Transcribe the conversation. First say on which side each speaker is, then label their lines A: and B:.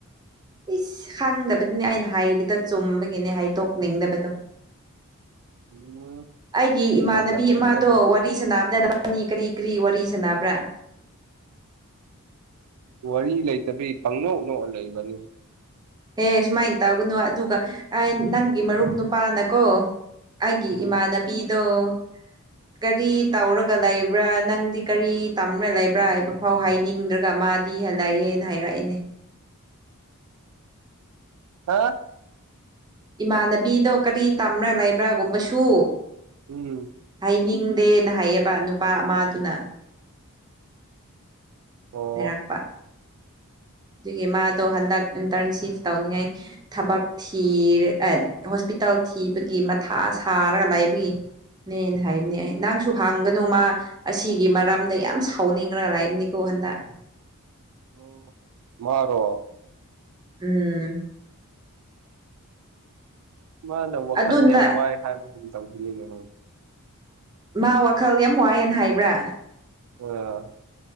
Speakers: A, on the right; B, on the right.
A: ꯏꯁ ꯈꯪꯗꯕꯗꯨꯅꯦ ꯑꯩꯅ ꯍꯥꯏꯔꯤꯗ ꯆꯨꯝꯕꯒꯤꯅꯦ ꯍꯥꯏ ꯇꯣꯛꯅꯤꯡꯗꯕꯗꯣ
B: ꯎꯝ
A: ꯑꯩꯒꯤ ꯏꯃꯥꯟꯅꯕꯤ
B: ꯂꯥꯜꯂꯝꯒꯅꯤ
A: ꯑꯃꯃꯗꯣ
B: ꯅꯪꯗꯨꯗ
A: ꯋꯥꯔꯤ ꯁꯥꯟꯅꯕꯗ ꯅꯤ ꯀꯔꯤ ꯀꯔꯤ ꯋꯥꯔꯤ ꯁꯥꯟꯅꯕ꯭ꯔꯥ
B: ꯋꯥꯔꯤ ꯂꯩꯇꯕꯤ ꯄꯪꯅꯣꯛꯅꯣ ꯂꯩꯕꯅꯤꯁꯨ
A: ꯑꯦ ꯁꯨꯃꯥꯏꯅ ꯇꯧꯒꯅꯨ ꯑꯗꯨꯒ ꯅꯪꯒꯤ ꯃꯔꯨꯞ ꯅꯨꯄꯥꯅꯀꯣ ꯑꯩꯒꯤ
B: ꯎꯝ
A: ꯏꯃꯥꯟꯅꯕꯤꯗꯣ ꯀꯔꯤ ꯇꯥꯎꯔꯒ ꯂꯩꯕ꯭ꯔꯥ ꯅꯪꯗꯤ ꯀꯔꯤ ꯇꯝꯅ ꯂꯩꯕ꯭ꯔꯥ ꯍꯥꯏꯕ ꯐꯥꯎ ꯍꯥꯏꯅꯤꯡꯗ꯭ꯔꯒ ꯃꯥ ꯗꯤ ꯍꯜꯂꯛꯑꯦꯅ ꯍꯥꯏꯔꯛꯏꯅꯦ
B: ꯍꯥ
A: ꯏꯃꯥꯟꯅꯕꯤꯗꯣ ꯀꯔꯤ ꯇꯝꯕ꯭ꯔꯥ ꯂꯩꯕ꯭ꯔꯥꯒꯨꯝꯕꯁꯨ
B: ꯎꯝ
A: ꯍꯥꯏꯅꯤꯡꯗꯦꯅ ꯍꯥꯏꯌꯦꯕ ꯅꯨꯄꯥ ꯑꯃꯗꯨꯅ
B: ꯑꯣ
A: ꯐꯩꯔꯥꯛꯄ ꯑꯗꯨꯒꯤ ꯃꯥꯗꯣ ꯍꯟꯗꯛ ꯏꯟꯇꯔꯟꯁꯤꯞ ꯇꯧꯅꯤꯡꯉꯥꯏ ꯊꯕꯛ ꯊꯤꯔꯦ ꯑꯦ ꯍꯣꯁꯄꯤ ꯏꯇꯜ ꯊꯤꯕꯒꯤ ꯃꯊꯥ ꯁꯥꯔꯒ ꯂꯥꯏꯕꯒꯤ ꯅ‌ꯦ ꯍꯥꯏꯕꯅꯦ ꯑꯩ ꯅꯪꯁꯨ ꯍꯥꯡꯒꯅꯨ ꯃꯥ ꯑꯁꯤꯒꯤ ꯃꯔꯝꯗ ꯌꯥꯝ ꯁꯥꯎꯅꯤꯡꯔ ꯂꯩꯕꯅꯤꯀꯣ ꯍꯟꯗꯛ
B: ꯑꯣ ꯃꯥꯔꯣ
A: ꯎꯝ
B: ꯃꯥꯅ ꯋꯥꯈꯜꯗꯤ
A: ꯑꯗꯨꯅ
B: ꯌꯥꯝ ꯋꯥꯏ ꯍꯥꯏꯕꯕꯨ ꯇꯧꯕꯕꯤꯔꯅꯦ ꯅ
A: ꯃꯥ ꯋꯥꯈꯜ ꯌꯥꯝ ꯋꯥꯏꯑꯦꯅ ꯍꯥꯏꯕ꯭ꯔꯥ
B: ꯑ